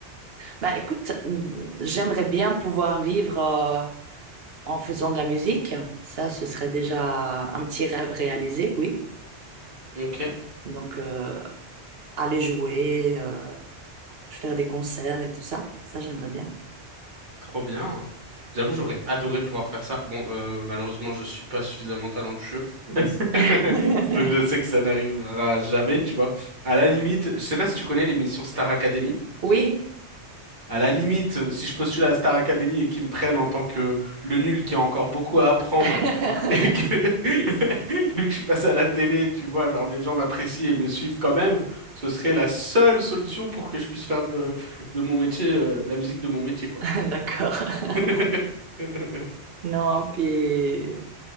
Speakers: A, on the right; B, on the right.
A: Bah écoute, mm, j'aimerais bien pouvoir vivre euh, en faisant de la musique. Ça, ce serait déjà un petit rêve réalisé, oui.
B: Ok,
A: Donc, euh, aller jouer, euh, faire des concerts et tout ça, ça, j'aimerais bien.
B: trop bien. J'avoue, j'aurais adoré pouvoir faire ça. Bon, euh, malheureusement, je suis pas suffisamment talentueux. <laughs> Donc
A: <laughs>
B: je sais que ça n'arrivera jamais, tu vois. À la limite, je sais pas si tu connais l'émission Star Academy.
A: Oui.
B: À la limite, euh, si je postule à la Star Academy et qu'ils me prennent en tant que le nul qui a encore beaucoup à apprendre
A: <laughs>
B: et que <laughs> vu que je suis passé à la télé, tu vois, genre les gens m'apprécient et me suivent quand même, ce serait la seule solution pour que je puisse faire de, de mon métier, euh, la musique de mon métier, quoi.
A: D'accord.
B: <laughs>
A: Non, puis euh,